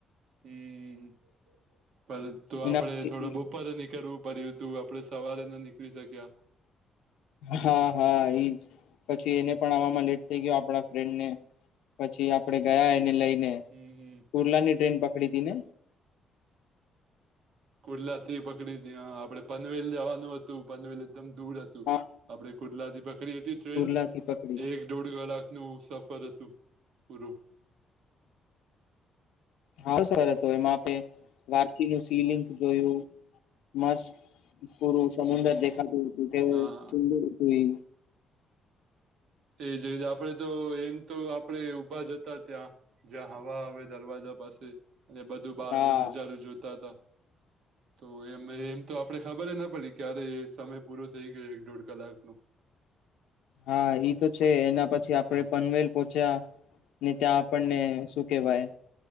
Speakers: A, on the right; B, on the left.
A: હમ્મ પર તો
B: એના
A: આપણે
B: પછી
A: થોડો બપોરે નીકળવું પડ્યું તો આપણે સવારે ના નીકળી શક્યા
B: હા હા એઈજ પછી એને પણ આવામાં લેટ થઇ ગયો આપણા ફ્રેન્ડને પછી આપડે ગયા એને લઈને
A: હમ્મ હમ્મ
B: કુર્લા ની ટ્રેન પકડી તી ને
A: કુર્લા થી પકડી તી આપડે પનવેલ જવાનું હતું પનવેલ એકદમ દૂર હતું
B: હા
A: આપણે કુર્લાથી પકડી હતી ટ્રેન
B: કુર્લા થી પકડી
A: એક દોઢ કલાક નું સફર હતું પૂરું
B: હાલ સે હવે તો એમાં આપે વાકીનું સીલિંગ જોયું મસ્ત પૂરું સમુદ્ર
A: હમ
B: દેખાતું તે
A: હા
B: સુંદર હતું એ
A: એ જ આપણે તો એમ તો આપણે ઊભા જતા ત્યાં જ્યાં હવા હવે દરવાજા પાસે અને બધું બહાર
B: હા
A: નું નજારું જોતા હતા તો એમ એમ તો આપણે ખબર ના પડી ક્યારે સમય પૂરો થઈ ગયો એક દોઢ કલાક નો
B: હા ઈ તો છે એના પછી આપણે પનવેલ પહોચ્યા ને ત્યાં આપણને શું કેવાય